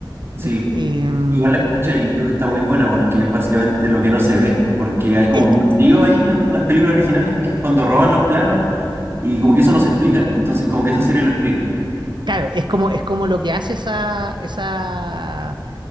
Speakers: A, on the right; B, on the right.
A: Sí,
B: Dej- em,
A: igual la escuché
B: dej-
A: y creo que está muy buena porque es básicamente lo que no se ve, porque hay como
B: es,
A: un vacío ahí en las películas originales que es cuando roban los planos y como que eso no se explica, entonces como que esa serie lo explica.
B: claro, es como, es como lo que hace esa, esa,